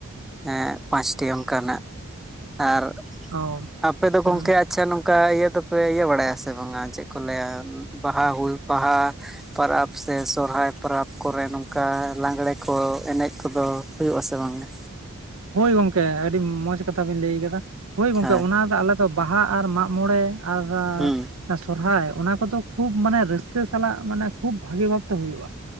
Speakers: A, in the centre; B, on the right.
A: ᱮᱸ ᱯᱟᱸᱪ ᱴᱤ ᱚᱱᱠᱟ ᱱᱷᱟᱸᱜ, ᱟᱨ
B: ᱚ
A: ᱟᱯᱮ ᱫᱚ
B: ᱦᱮᱸ
A: ᱜᱚᱝᱠᱮ ᱟᱪ ᱪᱷᱟ ᱱᱚᱝᱠᱟ ᱤᱭᱟᱹ ᱫᱚᱯᱮ ᱤᱭᱟᱹ ᱵᱟᱲᱟᱭᱟ ᱥᱮ ᱵᱟᱝᱼᱟ, ᱪᱮᱜ ᱠᱚ ᱞᱟᱹᱭᱼᱟ ᱵᱟᱦᱟ ᱦᱩᱭ ᱵᱟᱦᱟ ᱯᱟᱨᱟᱵᱽ ᱥᱮ ᱥᱚᱨᱦᱟᱭ ᱯᱚᱨᱟᱵᱽ ᱠᱚᱨᱮ ᱱᱚᱝᱠᱟ ᱞᱟᱸᱜᱽᱲᱮ ᱠᱚ ᱮᱱᱮᱡ ᱠᱚᱫᱚ ᱦᱩᱭᱩᱜᱼᱟ ᱥᱮ ᱵᱟᱝ ᱜᱮ?
B: ᱦᱳᱭ ᱜᱚᱝᱠᱮ ᱟᱹᱰᱤ ᱢᱚᱸᱡᱽ ᱠᱟᱛᱷᱟ ᱵᱤᱱ ᱞᱟᱹᱭ ᱟᱠᱟᱫᱟ ᱾ ᱦᱚᱭ ᱜᱚᱝᱠᱮ
A: ᱦᱮᱸ
B: ᱚᱱᱟ ᱫᱚ ᱟᱞᱮ ᱫᱚ ᱵᱟᱦᱟ ᱟᱨ ᱢᱟᱜ ᱢᱚᱬᱮ ᱟᱨᱻᱨᱟ
A: ᱦᱩᱸ
B: ᱥᱚᱨᱦᱟᱭ ᱚᱱᱟ ᱠᱚᱫᱚ ᱠᱷᱩᱵᱽ ᱢᱟᱱᱮ ᱨᱟᱹᱥᱠᱟᱹ ᱥᱟᱞᱟᱜ ᱢᱟᱱᱮ ᱠᱷᱩᱵᱽ ᱵᱷᱟᱜᱮ ᱵᱷᱟᱵᱽᱼᱛᱮ ᱦᱩᱭᱩᱜᱼᱟ᱾